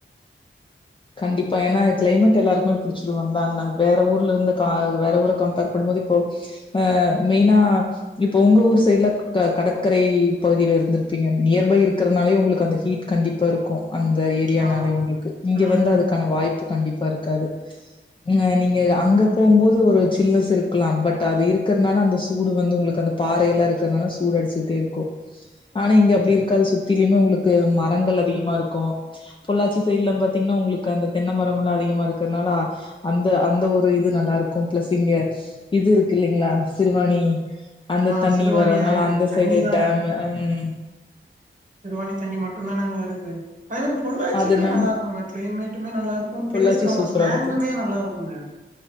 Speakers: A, on the left; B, on the right.
A: கண்டிப்பா ஏன்னா கிளைமேட் எல்லாருக்குமே குடிச்சிட்டு வந்தாங்கன்னா வேற ஊர்ல இருந்து க வேற ஊர கம்பேர் பண்ணும் போது இப்போ அ மெய்னா இப்ப உங்க ஊர் சைட்ல கடற்கரை பகுதியில இருந்துருப்பீங்க நியர்பை இருக்கிறதுனாலே உங்களுக்கு அந்த ஹீட் கண்டிப்பா தொருக்கு அந்த ஏரியனாலே
B: ஆமா
A: உங்களுக்கு இங்க
B: ம்
A: வந்து அதுக்கான வாய்ப்பு கண்டிப்பா இருக்காது உங்க நீங்க அங்க போகும்போது ஒரு சில்னஸ் இருக்கலாம் பட் அது இருக்கற்னால அந்த சூடு வந்து உங்களுக்கு அந்த பாறையெல்லா இருக்குறனால சூடு அடிச்சிட்டே இருக்கு ஆனா இங்க அப்டி இருக்காது சுத்திலுமே உங்களுக்கு மரங்கள் அதிகமா இருக்கு பொள்ளாச்சி சைட்ல பட் பாத்தீங்னா உங்களுக்கு அந்த தென்ன மரம்ல்லா அதிகமா இருக்குறனால அந்த அந்த ஒரு இது நல்லா இருக்கு ப்ளஸ் இங்க இது இருக்கு இல்லைங்களா சிறுவானி அந்த
B: ஆ
A: தண்ணி
B: சிறுவாணி
A: வர்றனால
B: ஆறு
A: அந்த
B: தண்ணிதா
A: சைடு டேம்மு அ ம் ம்
B: சிறுவானி தண்ணி மட்டுந்தான அங்க வருது அங்கெல்லா பொள்ளாச்சியுமே
A: அதனால
B: நல்லா இருக்குங்க க்ளேமேட் டுமே நல்லா இருக்கு
A: பொள்ளாச்சி
B: பேசுறவுங்க
A: சூப்பரா
B: ஸ்லாங்குமே
A: இருக்கு
B: நல்லா இருக்குங்க